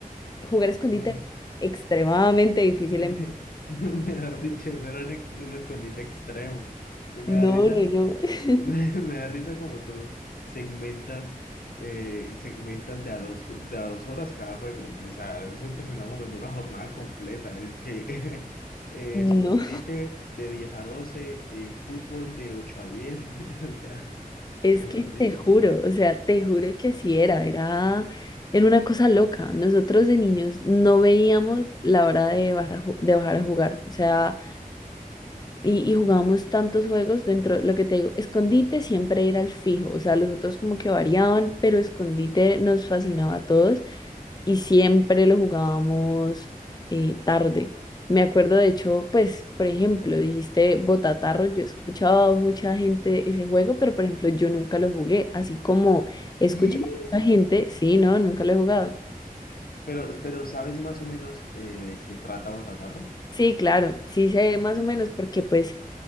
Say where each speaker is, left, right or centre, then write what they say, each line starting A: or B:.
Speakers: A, on the left; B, on the left.
A: jugar escondite
B: Mm.
A: es extremadamente difícil.
B: <laughs>
A: en-
B: me Mejor dicho, eso era un, ex- un escondite extremo. Y me
A: No,
B: da risa,
A: no, no, <laughs>
B: <laughs> me, me da risa como tú segmentas, eh, segmentas de a dos, ju- de a dos horas cada juego. O sea, eso terminaba jugando una jornada completa. Es que <laughs> eh,
A: no.
B: escondite de 10 a doce eh, fútbol de 8 a diez <laughs> O sea,
A: Es
B: mejor
A: que
B: dicho.
A: te juro, o sea, te juro que así era, era, era una cosa loca. Nosotros de niños no veíamos la hora de bajar a, ju- de bajar a jugar. O sea, Y, y jugábamos tantos juegos dentro, de lo que te digo, escondite siempre era el fijo, o sea, los otros como que variaban, pero escondite nos fascinaba a todos y siempre lo jugábamos eh, tarde. Me acuerdo, de hecho, pues, por ejemplo, dijiste Botatarro, yo escuchaba a mucha gente ese juego, pero por ejemplo, yo nunca lo jugué, así como he escuchado
B: Y,
A: a mucha gente, sí, no, nunca lo he jugado.
B: pero, pero ¿sabes más o menos eh, de qué trata Botatarro?
A: Sí, claro, sí sé más o menos, porque pues